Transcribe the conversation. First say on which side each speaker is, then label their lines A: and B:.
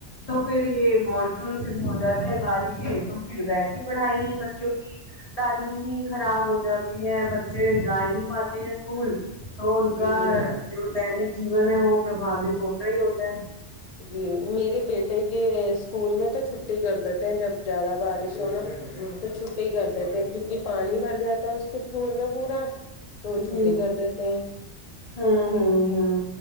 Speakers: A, on the left; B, on the left.
A: تو پھر یے مانسون شروع ہو جاتا ہے بارشیں تو پھر ویسی پڑھائی بچوں کی تعلیم ہی خراب ہو جاتی ہے بچے جاہی نہیں پاتے تے ہیں اسکول تو ان
B: جی
A: کا
B: بالکل
A: جو دینک جیون ہے وہ پرباوت ہوتا ہی ہوتا ہے
B: جی میرے بیٹے کے اسکول میں تو چھٹی کر دیتے ہیں جب زیادہ بارش تو نو وہ چھٹی کر دیتے ہیں کیونکی پانی بھر جاتا ہے اس کے اسکول میں پورا تو
A: جی
B: چھٹی کر دیتے ہیں
A: ہوں ہوں ہوں